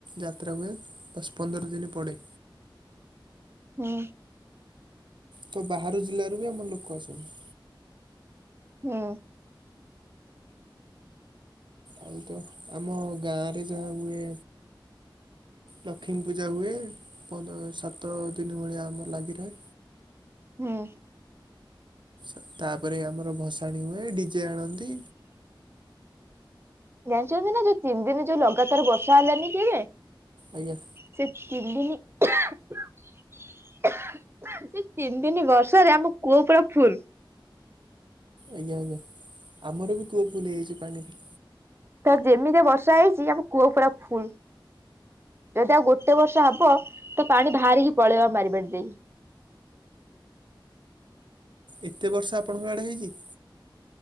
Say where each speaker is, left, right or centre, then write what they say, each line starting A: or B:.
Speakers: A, on the right; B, on the right.
A: ଯାତ୍ରା ହୁଏ ଦଶ ପନ୍ଦର ଦିନ ପଡ଼େ
B: ହୁଁ
A: ତ ବାହାର ଜିଲ୍ଲାରୁ ବି ଆମର ଲୋକ ଆସନ୍ତି।
B: ହୁଁ
A: ଆଉ ତ ଆମ ଗାଁରେ ଯାହା ହୁଏ। ଲକ୍ଷ୍ମୀ ପୂଜା ହୁଏ ପନ୍ଦ୍ ସାତ ଦିନ ଭଳିଆ ଆମର ଲାଗି ରହେ
B: ହୁଁ
A: ଆଛା ତାପରେ ଆମର ଭସାଣି ହୁଏ ଡିଜେ ଆଣନ୍ତି
B: ଜାଣିଛନ୍ତି ନା ଯୋଉ ତିନି ଦିନ ଯୋଉ ଲଗାତାର ବର୍ଷା ହେଲାନି କିବେ
A: ଆଜ୍ଞା
B: ସେ ତନି ଦିନି ସେ ତିନି ଦିନି ବର୍ଷ ରେ ଆମ କୋଉ ପୁରା ଫୁଲ୍
A: ଆଜ୍ଞା ଆଜ୍ଞା ଆମର ବି ତୁଅ ଫୁଲ ହେଇଯାଇଛି ପାଣିରେ
B: ତା ଯେମିତିଆ ବର୍ଷା ହେଇଛି ଆମ କୂଅ ପୁରା ଫୁଲ୍ ଯଦି ଆଉ ଗୋଟେ ବର୍ଷା ହବ। ତ ପାଣି ବାହାରିକି ପଳେଇବ ବାରିପଟ ଦେଇ
A: ଏତେ ବର୍ଷା ଆପଣଙ୍କ ଆଡ଼େ ହେଇଛି।